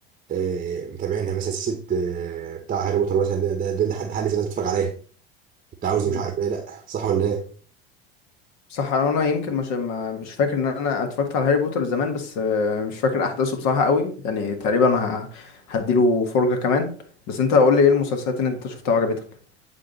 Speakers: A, on the right; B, on the left.
A: آه، متابعينها مثلا سلسله آه، بتاع هاري بوتر مثلا ده ده ده لحد حال لسه الناس بتتفرج عليها انت عاوز
B: مم.
A: مش عارف ايه لا صح ولا ايه
B: صح انا يمكن مش ما- مش فاكر ان انا اتفرجت على هاري بوتر زمان بس آه، مش فاكر احداثه بصراحه قوي يعني تقريبا ه- هديله فرجه كمان بس انت قول لي ايه المسلسلات اللي انت شفتها وعجبتك